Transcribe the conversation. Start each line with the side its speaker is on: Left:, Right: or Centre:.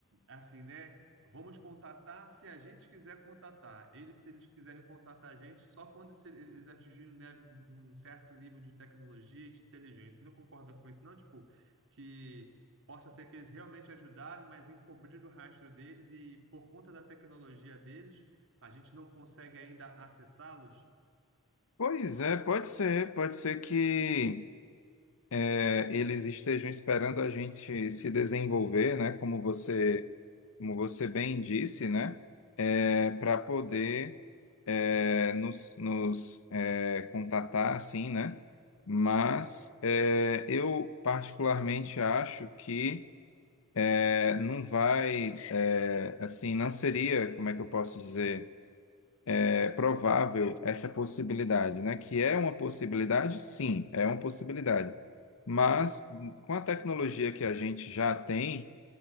Right: Assim, né? Vamos contatar se a gente quiser contatar. Eles, se eles quiserem contatar a gente, só quando se- eles atingirem, né, um certo nível de tecnologia e de inteligência. Você não concorda com isso, não? Tipo, que possa ser que eles realmente ajudaram, mas encobriram o rastro deles e, por conta da tecnologia deles, a gente não consegue ainda acessá-los?
Left: Pois é, pode ser. Pode ser que é, eles estejam esperando a gente se desenvolver, né? Como você, como você bem disse, né? É, para poder é, nos, nos é, contatar, assim, né? Mas é, eu particularmente acho que é, não vai, é, assim, não seria, como é que eu posso dizer, é, provável essa possibilidade, né? Que é uma possibilidade, sim, é uma possibilidade. Mas com a tecnologia que a gente já tem,